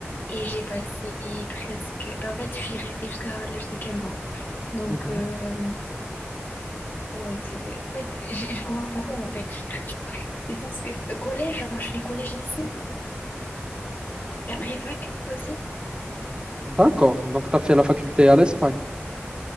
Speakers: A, on the left; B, on the right.
A: et j'ai passé presque. Ben, en fait, je suis restée jusqu'à l'âge de 15 ans. Donc,
B: Mhm.
A: euh, comment te- en fait, j'ai- je commence par où en fait? <laughs> C'est parce que collège, genre, je fais collège-lycée et après fac aussi.
B: D'accord, donc tu as fait la faculté à l'Espagne.